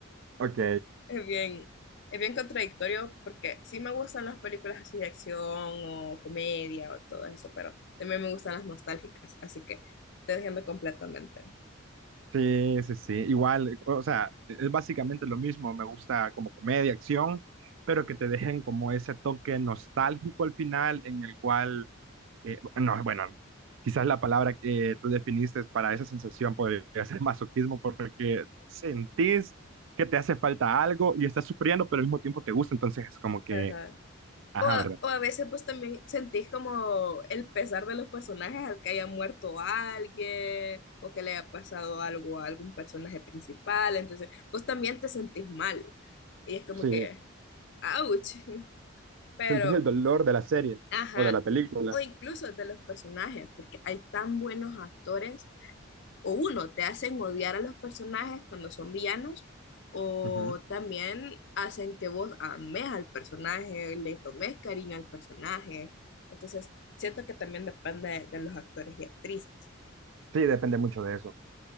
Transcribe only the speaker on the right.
Ok.
Sí, sí, sí. Igual, o sea, e, es básicamente lo mismo. Me gusta como comedia, acción, pero que te dejen como ese toque nostálgico al final, en el cual, eh, no, bueno, quizás la palabra que tú definiste para esa sensación podría ser <laughs> masoquismo, porque sentís que te hace falta algo y estás sufriendo, pero al mismo tiempo te gusta. Entonces es como que,
ajá,
¿verdad?
Sí,
sentís el dolor de la serie
o de la película.
Ujú.
Sí, depende mucho de eso.